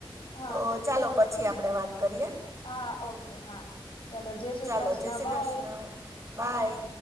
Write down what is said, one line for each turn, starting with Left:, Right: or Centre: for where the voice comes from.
Left: હા
Right: તો ચાલો પછી આપણે વાત કરીએ
Left: હા ઓકે હા ચલોો જય શ્રી
Right: ચાલો
Left: કૃષ્ણ
Right: જય શ્રી
Left: બાય
Right: કૃષ્ણ બાય